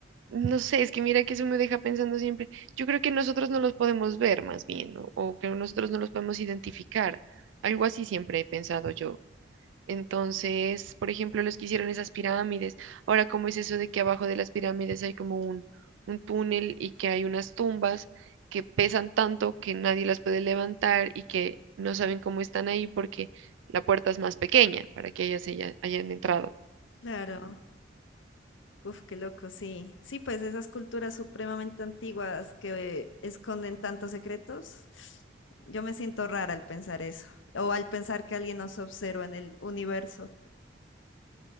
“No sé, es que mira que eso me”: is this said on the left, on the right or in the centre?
Right